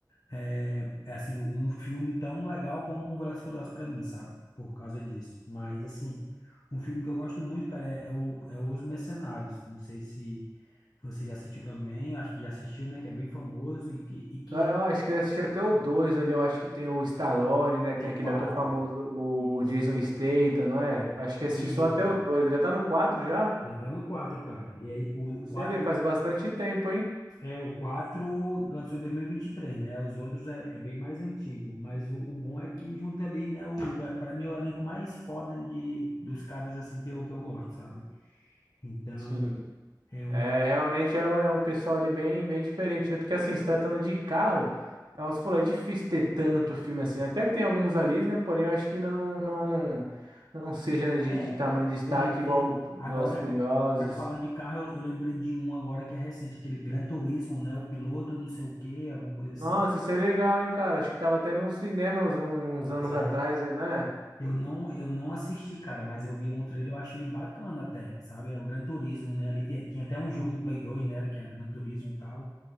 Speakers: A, on the left (about 60°); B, on the right (about 80°).
A: é, é assim, um filme tão legal como o Velozes e Furiosos pra mim, sabe? Por causa disso. Mas, assim, um filme que eu gosto muito, cara, é, é, o, é Os Mercenários. Não sei se. Você já assistiu também, acho que já assistiu, né? Que é bem famoso e que, e que
B: Ah, acho que eu assisti até o 2 ali, eu acho que tem o Stallone, né?
A: Tem
B: Tem aquele
A: quatro.
B: ator famoso, o,
A: Isso,
B: o Jason Statham, não é? Acho que assisti
A: isso.
B: só até o 2, já tá no 4 já?
A: Já tá no 4, cara. E aí, o,
B: Você
A: o 4
B: vê, faz bastante tempo, hein?
A: é o quatro lançou em dois mil e e vinte e três, né? Os outros é, é bem mais antigo, mas o, o bom é que junta ali, né, o é, para mim é o elenco mais foda de dos caras assim que eu que eu gosto, sabe? Então,
B: Sim.
A: é um
B: É, realmente é um, é um pessoal ali bem, bem diferente, né? Porque assim, se tratando de carro, é, você falou, é difícil ter tanto filme assim, né? Até tem alguns ali, né? Porém, eu acho que não, não, não seja né, de,
A: é,
B: de tamanho de destaque
A: eu não sei.
B: igual o
A: Agora
B: Velozes e Furiosos.
A: Agora, falando de carro, eu, eu lembrei de um agora que é recente, aquele Gran Turismo, né? O piloto, não sei o quê, alguma coisa assim.
B: Nossa, isso é legal, hein, cara? Acho que tava até num cinema uns, uns
A: Pois
B: anos
A: é,
B: atrás, eu- né?
A: Eu não, eu não assisti, cara, mas eu vi um trailer, eu achei bacana até, sabe? É o Gran Turismo, né? Ali tinha, tinha até um jogo do Play 2, né? Que é Gran Turismo e tal.